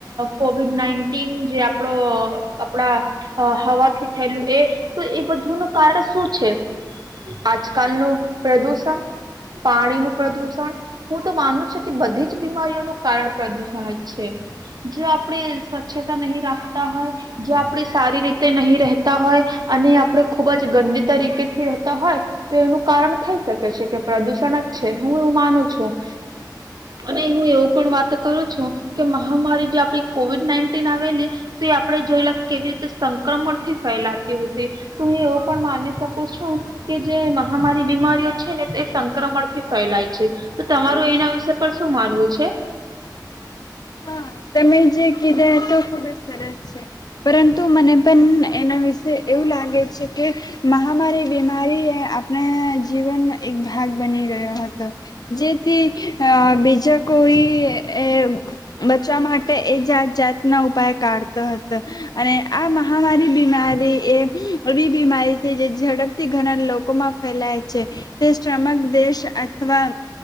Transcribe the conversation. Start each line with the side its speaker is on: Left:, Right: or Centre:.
Right: COVID nineteen જે આપણો આપણા હવાથી થયેલું એ તો એ બધું ન કારણ શું છે? આજકાલનું પ્રદૂષણ, પાણીનું પ્રદુષણ હું તો માનું છું કે બધી જ બીમારીઓનું કારણ પ્રદૂષણ જ છે. જો આપણે સ્વચ્છતા નહીં રાખતા હોય જો આપણે સારી રીતે નહીં રહેતા હોય, અને આપણે ખુબ જ ગંદી તરીકે થી રહેતા હોય, તો એનું કારણ થઈ શકે છે, કે પ્રદુષણ જ છે હું એવું માનું છું. અને હું એવું પણ વાત કરું છું, કે મહામારી જે આપ કોવિડ નાઈટીન આવેલી તે એ આપેને જોયેલા કેવી રીતે સંક્રમણથી ફેલાતી હોતી, તો એવ પણ માની શકું છું કે જે મહામારી બીમારી તેઓ છે ને, તે સંક્રમણ થી ફેલાય છે. તો તમારું એના વિશે પણ શું માનવું છે?
Left: હા તમે જે કીધા તો ખુબ જ સરસ છે, પરંતુ મને પણ એના વિશે એવું લાગે છે કે મહામારી બીમારી એ આપણા જીવનનો એક ભાગ બની ગયો હતો, જેથી અ બીજા કોઈ એ બચવા માટે એ જાત જાતના ઉપાય કાઢતો હતો, અને આ મહામારી બીમારી એ એ બીમારી છે જે ઝડપથી ઘણા લોકોમાં ફેલાય છે. તે સમક દેશ અથવા